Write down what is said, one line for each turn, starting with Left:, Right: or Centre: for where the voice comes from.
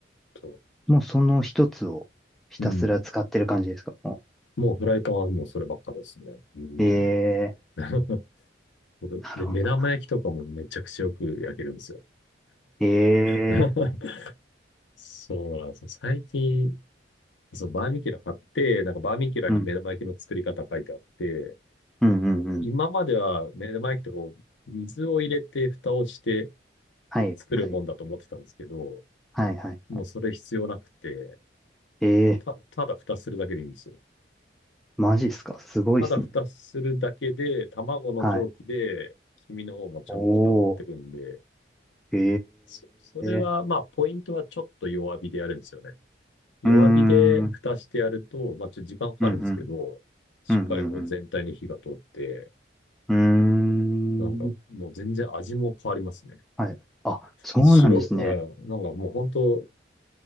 Left: と、
Centre: もうその一つをひたすら使ってる感じですかも
Left: うん。もうフライパンはもうそればっかですね。うん。
Centre: う。え
Left: <laughs>
Centre: ー、なるほど。
Left: で、目玉焼きとかもめちゃくちゃよく焼けるんですよ。
Centre: え
Left: <laughs>
Centre: ー、
Left: そうなんですよ。最近、そう、バーミキュラ買って、なんかバーミキュラに目玉焼きの作り方書いてあって、
Centre: うん、うん、うん、うん。
Left: 今までは目玉焼きってこう、水を入れて蓋をして
Centre: はい、
Left: 作るもんだと思ってたんですけど、
Centre: はい、はい、はい。
Left: もうそれ必要なくて、
Centre: はいえ
Left: た、ただ蓋するだけでいいんですよ。
Centre: ー、マジっすかすごいっすね。
Left: ただ蓋するだけで、卵の蒸気で、
Centre: はい。
Left: 黄身の方もちゃんと固まってくんで、
Centre: おー、え
Left: そ、それは、
Centre: ー、
Left: まあ、ポイントはちょっと弱火でやるんですよね。弱火で蓋してやると、
Centre: うーん、うん、
Left: まあ、ちょっと時間かかるんですけど、
Centre: うん、うん、
Left: しっかりこう全体に火が通って、
Centre: うん、うん。うーん
Left: なんかもう全然味も変わりますね。
Centre: はい。あ、そうなんですね。
Left: 白、うん、なんかもう本当、